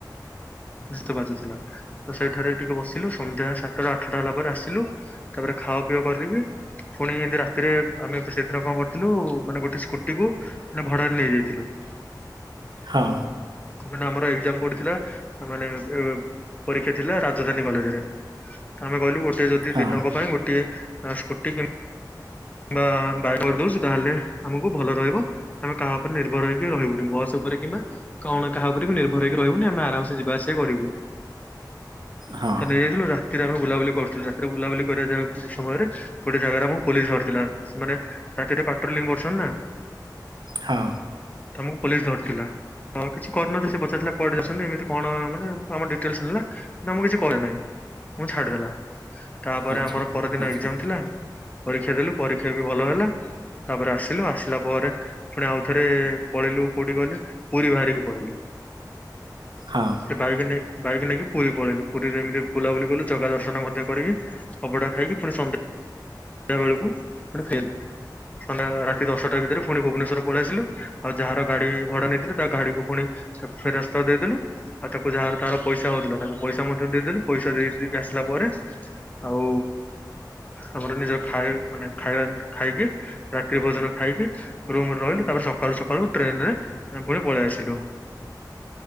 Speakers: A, on the left; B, on the right.
A: ଧିତ ବାଜୁଥିଲା ତ ସେଇଠାରେ ଟିକେ ବସିଲୁ ସନ୍ଧ୍ୟା ସାତଟା ଆଠଟା ହେଲା ପରେ ଆସିଲୁ ତାପରେ ଖା ପିଆ କର କିି ପୁଣି ଏମିତି ରାତିରେ ଆମେ ସେଦିନ କଣ କରିଥିଲୁ ମାନେ ଗୋଟେ ସ୍କୁଟିକୁୁ ମାନେ ଭଡାରେ ନେଇଯାଇଥିଲୁ <inaudible>
B: ହଁ।
A: କାହିଁକି ନା ଆମର ଏଗଜାମ୍ ପଡ଼ିଥିଲା ମାନେ ଏ ପରୀକ୍ଷା ଥିଲା ରାଜଧାନୀ କଲେଜ ରେ। ଆମେ କହିଲୁ ଗୋଟେ ଯଦି
B: ହଁ
A: ଦିନକ ପାଇଁ ଗୋଟେ ସ୍କୁଟି କି ବା ବାାଇ କରିଦଉଛୁ ତାହେଲେ ଆମକୁ ଭଲ ରହିବ ଆମେ କାହା ଉପରେ ନିର୍ଭର ହେଇକି ରହିବୁନି ବସ୍ ଉପେର। ରେ କିମ୍ବା କଣ କାହା ଉପରେ ବି ନିର୍ଭର ହେଇକି ରହିବୁନି ଆମେ ଆରାମସ ଯିବା ଆସିବା କରିବୁ।
B: ହଁ
A: ତାନେ <unintelligible> ଥିରେ ଆମେ ବୁଲାବୁ କରୁ ରାତିରେ ବୁଲାୁଲି କରିବା ଗେ ସମୟରେ ଗୋଟେ ଜାଗାରେ ଆମଁ ପୋଲିସ ଧରଥି ପିଲା ସେମାନେ ରାତିରେ ପାଟ୍ର କରୁଛନ୍ତି ନା।
B: ହଁ।
A: ତମକୁ ପୋଲିସ୍ ଧରିଥିଲା। ହଁ କିଛି କରିନହାନ୍ତି ସେ ପଚାରିଥିଲା କୁଆଡ଼େ ଯାଉଛନ୍ତି ଏମିତି କଣ ମାନେ ଆମର ଡିଟେଲସ ନେଲା ଆମକୁ କିଛି କରେନାହିଁ ମୁଁ ଛାଡିଦେଲା ତାପରେ
B: ଆଚ୍ଛା
A: ଆମର ପରଦିନ
B: ଆଚ୍ଛା
A: ଏକ୍ଜାମ ଥିଲା ପରୀକ୍ଷା ଦେଲୁ। ପରୀକ୍ଷା ବି ଭଲ ହେଲା। ତାପରେ ଆସିଲୁ ଆସିଲା ପରେ ପୁଣି ଆଉଥରେ ପଳେଇିଲୁ କୋଉଠି ଗଲେ ପୁରୀ ବାହାରିକି ପଳେଇଲୁ। <unintelligible>
B: ହଁ
A: ସେ ବାଇକ ନେଇ ବାଇକ ନେଇ-ନେଇକି। ପୁରୀ ପଳେଇଲୁ ପୁରୀରେ ଏମିତି ବୁଲାବୁଲି କଲୁ ଜଗା ଦର୍ଶନ ମଧ୍ୟ କରିକି ଅବଢ଼ା ଖାଇକି ପୁଣି ସନ୍ଧ୍ୟା। ସନ୍ଧ୍ଯା ବେଳକୁେ ପୁଣି ଫେରିଲୁ। ସନ୍ଧ୍ୟା ରାତି ଦଶଟା ଭିତରେ ପୁଣି ଭୁବନେଶ୍ୱଵର ପଳେଇ ଆସିଲୁ ଆଉ ଯାହାର ଗାଡି ଭଡ଼ା ନେଇଥିଲୁ ତା ଗାଡ଼ିକୁ ପୁଣି ତାକୁ ଫେରସ୍ତ ଦେଇଦଲୁ ଆଉ ତାକୁ ଯାହାର ତାର ପଇସା ହଉଥିଲା ତାକୁ ପଇସା ମଧ୍ୟ ଦେଇଦେଲୁ ପଇସା ଦେଇଦେଇକି ଆସିକି ଲା ପରେ ଆଉ ଆମର ନିଜ ଖାଏ ମାନେ। ଖାଇବା ଖାଇକି ରାତ୍ରି ଭୋଜନ ଖାଇକି ରୁମରେ ରହିଲି ତାପରେ ସକାଳୁ ସକାଳୁ ଟ୍ରେନ ରେ ପୁଣି ପଳେ ଆସିଲୁ।